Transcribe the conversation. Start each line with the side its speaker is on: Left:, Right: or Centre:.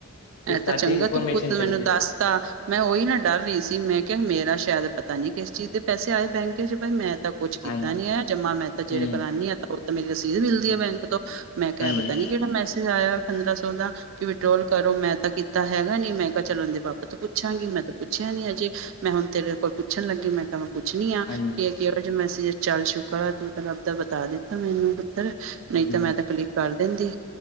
Left: ਤੇ
Right: ਇਹ
Left: ਸਾਡੀ
Right: ਤਾਂ ਚੰਗਾ
Left: ਇਨਫੋਰਮੇਸ਼ਨ
Right: ਤੂੰ ਪੁੱਤ
Left: ਚੱਲਦੀ
Right: ਮੈਨੂੰ ਦੱਸ ਤਾਂ, ਮੈਂ ਉਹੀ ਨਾ ਡਰ ਰਹੀ ਸੀ ਮੈਂ ਕਿਹਾ ਮੇਰਾ ਸ਼ਾਇਦ ਪਤਾ ਨੀ ਕਿਸ ਚੀਜ਼ ਦੇ ਪੈਸੇ ਆਏ ਪੈ ਨੇ ਬੈਂਕ ਚ ਬ ਮੈਂ ਤਾਂ ਕੁੱਛ ਕੀਤਾ
Left: ਹਾਂਜੀ
Right: ਨੀ ਹੈ ਜਮਾ ਮੈਂ ਤਾਂ ਜਿਹੜੇ
Left: ਹੂੰ
Right: ਕਰਉਂਦੀ ਹਾਂ ਤਾਂ ਉਹ ਤਾਂ ਮੇਰੀ ਰਸੀਦ ਮਿਲਦੀ
Left: ਹੂੰ
Right: ਹੈ ਬੈਂਕ ਤੋਂ। ਮੈਂ ਕਿਹਾ
Left: ਹਾਂਜੀ
Right: ਪਤਾ ਨੀ ਕਿਹੜਾ ਮੈਸੇਜ ਆਇਆ ਪੰਦਰਾਂ ਸੌ ਦਾ, ਕਿ ਵਿਡ੍ਰੋਲ ਕਰੋ ਮੈਂ ਤਾਂ ਕੀਤਾ ਹੈਗਾ ਨੀ ਮੈਂ ਕਿਹਾ ਚਲੋਦੇ ਪਾਪਾ ਤੋਂ ਪੁੱਛਾਂਗੀ ਮੈਂ ਤਾਂ ਪੁੱਛਿਆ ਨੀ ਅਜੇ, ਮੈਂ ਹੁਣ ਤੇਰੇ ਕੋਲ ਪੁੱਛ ਲੱਗੀ ਮੈਂ ਪੁੱਛ ਪੁੱਛਨੀ ਆ,
Left: ਹਾਂਜੀ
Right: ਕਿ ਕਿਹੜਾ ਮੈਜਜ ਚੱਲ ਸ਼ੁਕਰ ਆ ਤੂੰ ਰੱਬ ਦਾ ਬਤਾ ਦਿੱਤਾ ਮੈਨੂੰ ਤਲ, ਨਹੀਂ
Left: ਹਾਂਜੀ
Right: ਤਾਂ ਮੈਂ ਤਾਂ ਕਲੀਕ ਕਰ ਦਿੰਦੀ,